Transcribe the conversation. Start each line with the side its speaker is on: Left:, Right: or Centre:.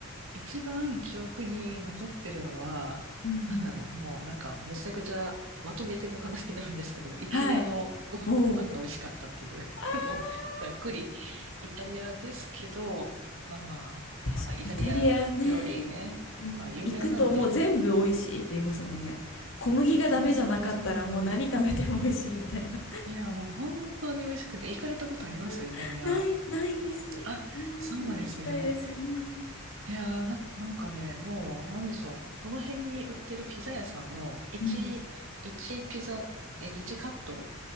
Right: 一番記憶に残ってるのは、
Left: うんうん。
Right: なんだろう、もうなんか、めちゃくちゃまとめての話になるんですけど、イタリアのご飯が美味しかったっていう、
Left: はい。おう。あ
Right: <laughs> もう、ざっくり、イタリアですけど、まあまあ、
Left: ー確かイタリアね。
Right: まあ、イタリア料理ね、
Left: うん。
Right: まあ、有名なんで、
Left: 行くともう全部美味しいって言いますもんね。小麦がダメじゃなかったらもう何食べても美味しいみたいな。
Right: そうそうそう。いや、もう本当に美味しくて、行かれたことありますイタリア。
Left: <laughs> ない、ないんです。
Right: あ、
Left: ないんです。
Right: そうなんですね。
Left: 行きたいです。うん。
Right: いやー、な、なんかね、もう、なんでしょう。この辺に売ってるピザ屋さんの1、
Left: うん。
Right: 一ピザ、え、1カット、